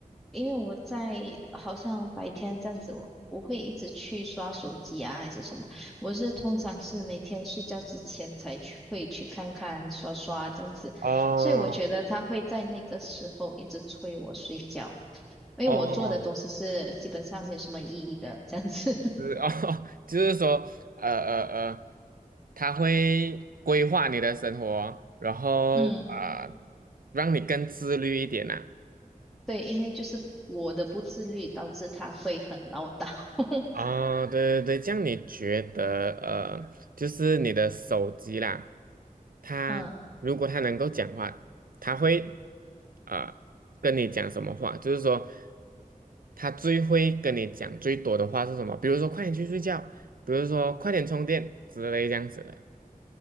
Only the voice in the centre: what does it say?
因为我在好像白天这样子，我不会一直去刷手机啊，还是什么。我是通常是每天睡觉之前才去会去看看刷刷这样子，
所以我觉得他会在那个时候一直催我睡觉，因为我做的东西是基本上没有什么意义的这样子。
<laughs>
嗯，
对，因为就是我的不自律导致他会很唠叨。<laughs>
嗯